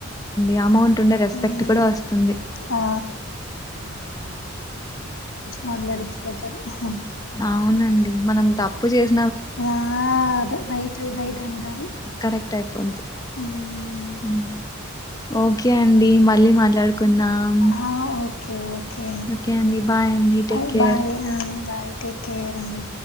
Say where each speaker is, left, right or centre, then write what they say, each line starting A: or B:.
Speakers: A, on the left; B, on the left.
A: యమౌంట్ టుంటే రెస్పెక్ట్
B: మ్మ్
A: కూడా వస్తుంది
B: ఆ మాట్లాడిచ్చుపోతారు హ్మ్మ్
A: అవునండి మనం తప్పు చేసి
B: ఆ రైట్ రైట్ అంటారు
A: కరెక్ట్ అయిపోద్ది
B: హ్మ్మ్
A: మ్మ్. ఓకే ఓకేఅండి మళ్ళీ మాట్లాడుకుందాం
B: ఆ, ఓకే ఓకే
A: ఓకే అండి బాయ్ అండి
B: బాయ్
A: టేక్ కేర్
B: బాయ్ ఆ, బాయ్ టేక్ కేర్ అండి